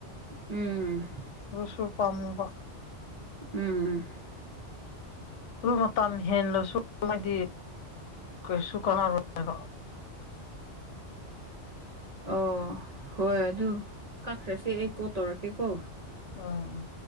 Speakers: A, on the right (about 50°); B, on the left (about 80°).
A: ꯎꯝ
B: ꯔꯨꯁꯨ ꯄꯝꯃꯕ
A: ꯎꯝ
B: ꯑꯗꯨ ꯃꯇꯝ ꯍꯦꯜꯂꯁꯨ ꯍꯥꯏꯗꯤ ꯀꯩꯁꯨ ꯀꯥꯟꯅꯔꯣꯏꯕ
A: ꯑꯣ ꯍꯣꯏ ꯑꯗꯨ ꯀꯥꯈ꯭ꯔꯁꯦ ꯑꯩ ꯀꯣꯜ ꯇꯧꯔꯛꯀꯦꯀꯣ
B: ꯑꯣ